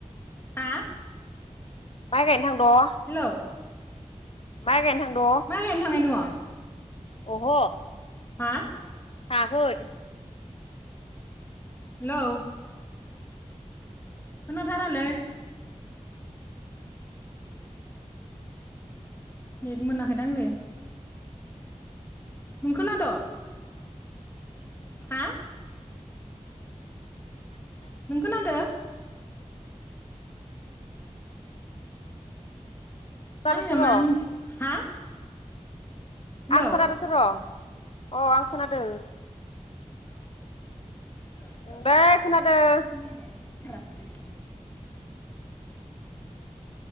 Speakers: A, on the left (about 15°); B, on the left (about 50°).
A: हा
B: माइ गायनो थांद'?
A: हेलौ
B: माइ गायनो थांद'
A: माइ गायनो थांनाय नोङ
B: अह'
A: हा
B: थाङाखै
A: हेलौ खोनाथारालै नेत मोनाखैदांलै नों खोना द' हा नों खोनादो <inaudible>
B: खोनादोंथ'
A: आंनिया
B: र'
A: मा हा
B: आं
A: हेल'
B: खोनादोंथ'
A: हेल'
B: र' अ आं खोनादों
A: <inaudible>
B: ओंलै खोनादों